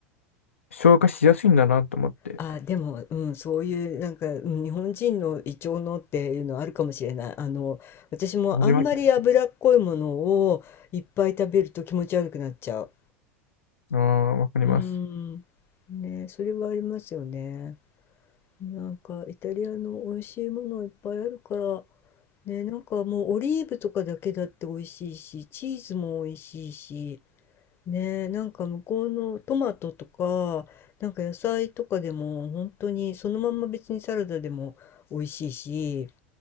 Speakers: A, on the left; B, on the left.
A: 消化しやすいんだなと思って。
B: あ、でも、うん、そういう、なんか、うん日本人の胃腸のっていうのはあるかもしれない。あの、私もあんまり脂っこいものをいっぱい食べると気持ち悪くなっちゃう。
A: わかります。ああ、わかります。
B: うん。ね、それはありますよね。なんかイタリアの美味しいものいっぱいあるから、ね、なんかもうオリーブとかだけだって美味しいし、チーズも美味しいし、ね、なんか向こうのトマトとか、なんか野菜とかでも本当にそのまんま別にサラダでも美味しいし、